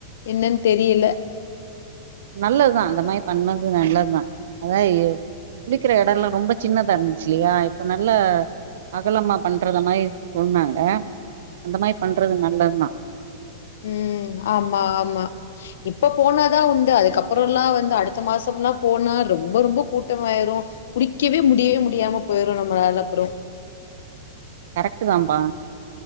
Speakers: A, on the left; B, on the right.
A: என்னன்னு தெரியல
B: நல்லதுதான் அந்த மாரி பண்ணது நல்லதுதான் அதாவ குடிக்கிற இடமல்லாம் ரொம்ப சின்னதா இருந்துச்சுல்லையா இப்ப நல்லா அகலமா பண்றத மாரி சொன்னன்னாங்க அந்த மாரி பண்றது நல்லது தான்
A: உம் ஆமா ஆமா இப்ப போனாதா உண்டு அதுக்கப்றோ எல்லா வந்து அடுத்த மாசம் எல்லா போனா ரொம்ப ரொம்ப கூட்டமாயிரு குளிக்கவே முடியவே முடியாம போயிரு நம்மளால அப்புறோ
B: கரெக்ட்டுதாம்பா